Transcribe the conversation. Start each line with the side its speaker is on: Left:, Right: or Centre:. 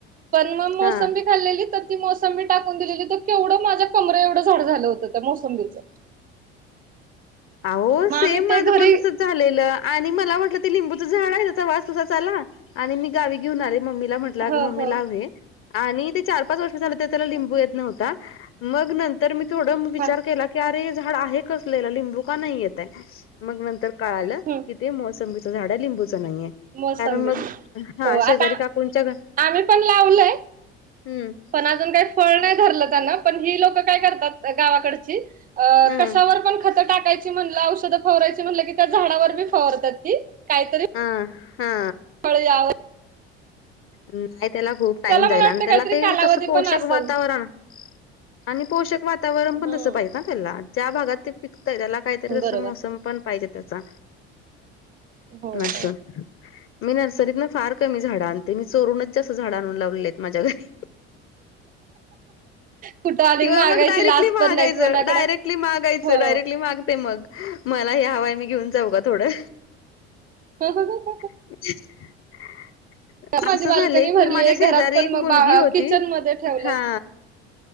Right: पन म मोसंबी
Left: हा
Right: खाल्लेली. तर ती मोसंबी टाकून दिलेली. तर केवढं, माझ्या कमर एवढं झाड झालं होतं, त्या मोसंबीच.
Left: अहो,
Right: मग
Left: सेम
Right: आम्ही
Left: माझं
Right: ते घरी
Left: पण तसच झालेलं. आणि मला वाटलं ते लिंबूचं झाडय. त्याचा वास तसाच आला. आणि गावी घेऊन आले, मम्मी ला म्हटलं. आगं,
Right: हो
Left: मम्मे
Right: हो
Left: लाव हे. आणि ते चार- पाच वर्ष झालं, तरी त्याला लिंबू
Right: ह
Left: येत नव्हता. मग नंतर मी थोडं विचार
Right: ह
Left: केला की, अरे! हे झाड आहे कसलं? याला लिंबू का नाही येतय. मग नंतर काळालं.
Right: हम्म
Left: कि, ते मोसंबीचं झाडय. लिंबूच नाहीये.
Right: मोसंबीच
Left: कारण मग, हा
Right: हो
Left: शेजारी
Right: आता
Left: काकूंच्या घर.
Right: आम्ही पण लावलंय
Left: हम्म.
Right: पण अजून काय फळ नाही धरलं त्यांनं. पण ही लोक काय करतात, गावाकडची. अ
Left: हम्म
Right: कशावर पण खतं टाकायच मनलं, औषधं फवारायची मनलं की, त्या झाडावर बी फवारत्यात ती. कायतरी
Left: अं. ह.
Right: कळल्यावर?
Left: नाय, त्याला खूप टाईम
Right: त्याला
Left: जाईल.
Right: मला
Left: अन्
Right: वाटतं
Left: त्याला
Right: काहीतरी
Left: ते
Right: कालावधी
Left: तसं, पोषक
Right: पण असेल
Left: वातावरण आणि पोषक वातावरण
Right: हम्म
Left: पण तसं पाहिजेत आ त्याला. ज्या भागात ते पिकतय, त्याला काहीतरी
Right: बरोबर
Left: तसं मोसम पण पाहिजे त्याचा.
Right: हो हो
Left: असं. मी नर्सरीतनं, फार कमी झाड आणते. मी चोरूनच जास्त झाड आणून लावलेलेयत. माझ्या घरी.
Right: कुठं अधिक
Left: किंवा
Right: मागायची
Left: मग डायरेक्टली
Right: लाज
Left: मागायचं.
Right: पण नाही कोणाकड
Left: डायरेक्टली मागायचं.
Right: हो
Left: डायरेक्टली मागते मग. मला हे हवाय. मी घेऊन जाऊ का? थोडं.
Right: काय, काय, काय?
Left: <inaudible> असं
Right: माझी बाल्कनी
Left: झालंय
Right: भरलीय
Left: की, माझ्या
Right: घरात
Left: शेजारी
Right: पण
Left: एक
Right: मग
Left: मुलगी होती.
Right: किचन मध्ये ठेवल्यात
Left: हा.